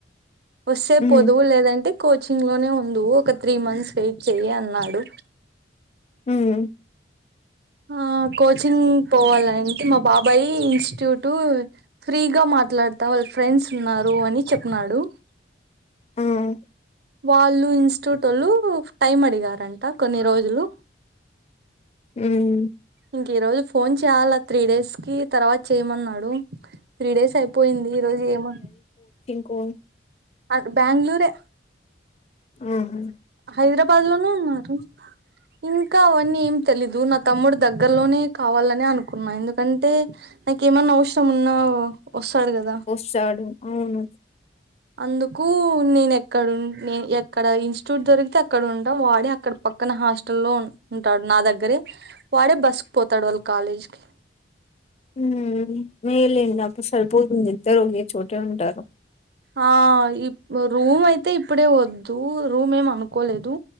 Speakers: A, on the right; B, on the left.
A: వస్తే
B: ఉ
A: పొదువు లేదంటే కోచింగ్ లోనే ఉండు ఒక త్రీ మంత్స్ వెయిట్ చెయ్య అన్నాడు
B: హ్మ్
A: ఆ కోచింగ్ పోవాలంటే మా బాబాయ్ ఇన్స్టిట్యూటు ఫ్రీగా మా మాట్లాడతా వాళ్ళ ఫ్రెండ్స్ ఉన్నారు అని చెప్న్నాడు
B: మ్మ్
A: వాళ్ళు ఇన్ స్టూటోళ్ళు టైమ్ అడిగారంట కొన్ని రోజులు
B: ఉమ్
A: ఇంక ఈ రోజు ఫోన్ చేయాల త్రీ డేస్ కి తర్వాత చేయమన్నాడు త్రీ డేస్ అయిపోయింది ఈ రోజు ఏమ
B: కోన్
A: అటు బ్యాంగ్ళూరే
B: ఊహు
A: హైదరాబాద్ లోనే ఉన్నారు ఇంకా అవన్నీ ఏం తెలీదు నా తమ్ముడు దగ్గర్లోనే కావాలనే అనుకున్నా ఎందు అంటే నాకు ఏమన్నా అవసరం ఉన్నా వస్తాడు గదా
B: వస్తాడు అవును
A: అందుకు నేను ఎక్కడ ఉన్ నే ఎక్కడ ఇన్స్టిట్యూట్ దొరికితే అక్కడ ఉంటా వాడే అక్కడ పక్కన నా హాస్టల్లో ఉంటాడు నా దగ్గరే వాడే బస్ పోతాడు వాళ్ళ కాలేజ్ కి
B: ఊమ్ ఏల్లేదు నాకు సరిపోతుంది ఇద్దరు ఒకే చోటే ఉంటారు
A: ఆ ఈ రూమ్ అయితే ఇప్పుడే వద్దూ రూమ్ ఏం అనుకోలేదు